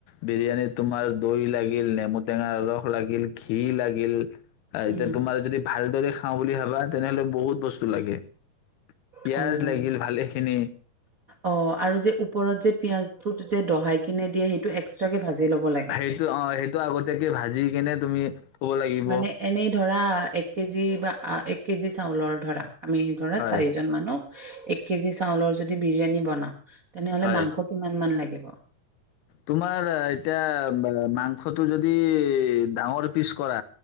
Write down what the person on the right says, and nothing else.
উম,
অ',
অ' আৰু যে ওপৰত যে পিয়াজঁটো যে দহাই কিনে দিয়ে সেইটো এক্সট্ৰাকে ভাজি ল'ব লাগে?
মানে এনেই ধৰা এক কেজি বা এক কেজি চাউলৰ ধৰা আমি ধৰাত
চাৰিজন মানুহ। এক কেজি চাউলৰ যদি বিৰিয়ানী বনাও। তেনেহলে
মাংস কিমান মান লাগিব? অ'।